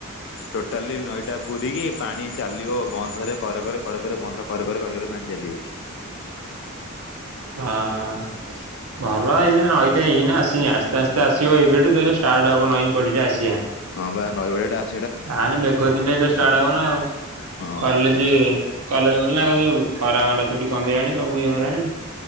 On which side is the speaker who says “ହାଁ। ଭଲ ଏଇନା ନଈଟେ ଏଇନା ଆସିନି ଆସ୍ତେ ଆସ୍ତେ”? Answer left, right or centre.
Right